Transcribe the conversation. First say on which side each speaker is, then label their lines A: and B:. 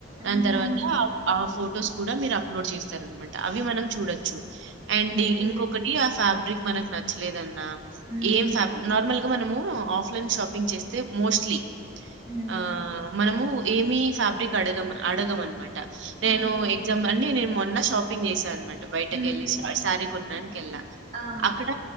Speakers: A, on the right; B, on the right.
A: దాని
B: ఆహా
A: తర్వాత ఆ ఫుడ్ ఫొటోస్ కూడా మీరు అప్లోడ్ చేస్తారనమాట అవి మనం చూడొచ్చు అండి
B: ఓకే
A: ఇంకొకటి అస్సాం అకి మనకు నచ్చలేదుదండి ఆ
B: మ్మ్
A: ఈ సబ్ నార్మల్ మనము ఆఫ్లైన్ షాపింగ్ చేస్తే మోస్ట్లీ
B: మ్మ్
A: ఆ మనము ఏమి ఫ్యాబ్రిక్ అడగ అడగ అనమాట నేను
B: ఆ
A: ఎగ్జామ్ అండి నేను మొన్న షాపింగ్ చేసన్నమాట బయటకెళ్ళి
B: మ్మ్
A: సారీ కొన్నానికిళ్ళా
B: ఆ
A: అక్కడ